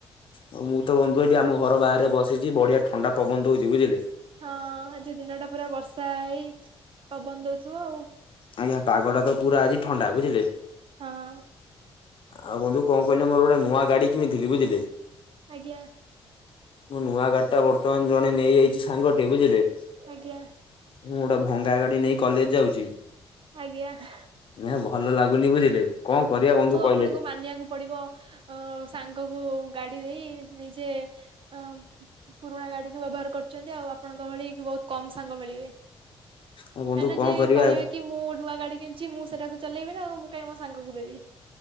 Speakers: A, on the left; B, on the right.
A: ହଁ ମୁଁ ତ ବନ୍ଧୁ ଏଠି ଆମ ଘର ବାହାରେ ବସିଚି ବଢିଆ ଥଣ୍ଡା ପବନ ଦଉଚି ବୁଝିଲେ।
B: ହଁ ଆଜି ଦିନ ଟା ପୁରା ବର୍ଷା ହେଇ ପବନ ଦଉଥୁବ ଆଉ।
A: ଆଜ୍ଞା ପାଗଟା ତ ପୁରା ଆଜି ଥଣ୍ଡା ବୁଝିଲେ।
B: ହଁ ଅଁ।
A: ଆଉ ବନ୍ଧୁ କଣ କହିଲେ ମୋର ଗୋଟା ନୂଆ ଗାଡି କିଣିଥିଲି ବୁଝିଲେ।
B: ଆଜ୍ଞା।
A: ମୋ ନୂଆ ଗାଡି ଟା ବର୍ତମାନ ଜଣେ ନେଇଯାଇଚି ସାଙ୍ଗଟେ ବୁଝିଲେ।
B: ଆଜ୍ଞା।
A: ମୁଁ ଗୋଟେ ଭଙ୍ଗାଗାଡି ନେଇ କଲେଜ ଯାଉଚି।
B: ଆଜ୍ଞା। ହେଁ
A: ନାଁ ଭଲ ଲାଗୁନି ବୁଝିଲେ କଣ କରିବା ବନ୍ଧୁ। କହିଲେ
B: ଆପଣଙ୍କ
A: ଏଠି।
B: ମା ମାନିବାକୁ ପଡିବ ଅଁ ସାଙ୍ଗଙ୍କୁ ଗାଡି ଦେଇ ନିଜେ ଅଁ ପୁରୁଣା ଗାଡିକୁ ବ୍ୟବହାର କରୁଚନ୍ତି ଆଉ ଆପଣଙ୍କ ଭଳି ବହୁତ କମ ସାଙ୍ଗ ମିଳିବେ।
A: ଆଉ ବନ୍ଧୁ
B: କାଇଁନା
A: କଣ
B: ଯିଏ
A: କରିବା
B: କହିବେ କି ମୁଁ ନୂଆ ଗାଡି କିଣି ଚି ମୁଁ ସେଇଟାକୁ ଚଲେଇବି ନାଉ ମୁଁ କାଇହିଁ ମୋ ସାଙ୍ଗକୁ ଦେବି।